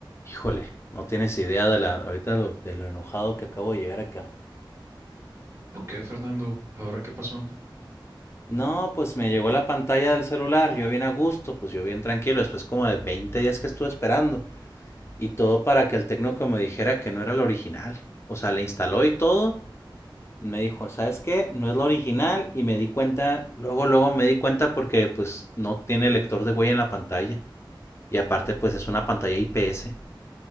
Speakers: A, on the left (about 30°); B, on the right (about 35°).
A: Híjole, no tienes idea de la, ahorita lo, de lo enojado que acabo de llegar acá.
B: ¿Por qué, Fernando? ¿Ahora qué pasó?
A: No, pues me llegó la pantalla del celular, yo bien a gusto, pues yo bien tranquilo, después como de 20 días que estuve esperando. Y todo para que el técnico me dijera que no era la original. O sea, le instaló y todo. Me dijo, ¿sabes qué? No es la original. Y me di cuenta, luego, luego me di cuenta porque pues no tiene lector de huella en la pantalla. Y aparte, pues es una pantalla IPS.